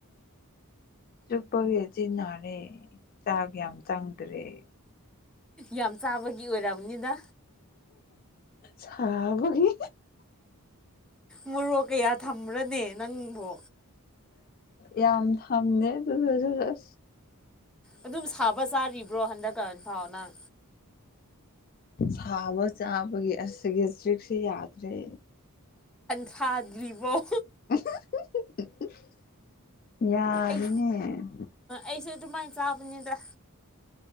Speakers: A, on the left (about 40°); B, in the centre.
A: ꯆꯨꯞꯄꯒꯤꯆꯤꯟꯟꯅꯅꯥꯔꯦ ꯆꯥꯛ ꯌꯥꯝ ꯆꯪꯗ꯭ꯔꯦ
B: ꯌꯥꯝ ꯆꯥꯕꯒꯤ ꯑꯣꯏꯔꯔꯕꯅꯤꯗ
A: ꯁꯥꯕꯒꯤ
B: ꯃꯣꯔꯣꯛ ꯀꯌꯥ ꯊꯝꯕ꯭ꯔꯅꯦ ꯅꯪꯕꯨ
A: ꯌꯥꯝ ꯊꯝꯅꯦ ꯑꯗꯨꯁ
B: ꯑꯗꯨꯝ ꯁꯥꯕ ꯆꯥꯔꯤꯕ꯭ꯔꯣ ꯍꯟꯗꯛꯀ ꯐꯥꯎ ꯅꯪ
A: ꯁꯥꯕ ꯆꯥꯕꯒꯤ ꯑꯁꯤꯒꯤ ꯇ꯭ꯔꯤꯛꯁꯤ ꯌꯥꯗ꯭ꯔꯦ
B: ꯊꯥꯗ꯭ꯔꯤꯕꯣ
A: ꯌꯥꯅꯤꯅꯦ
B: ꯑꯩ ꯑꯩꯁꯨ ꯑꯗꯨꯃꯥꯏꯅ ꯆꯥꯕꯅꯤꯗ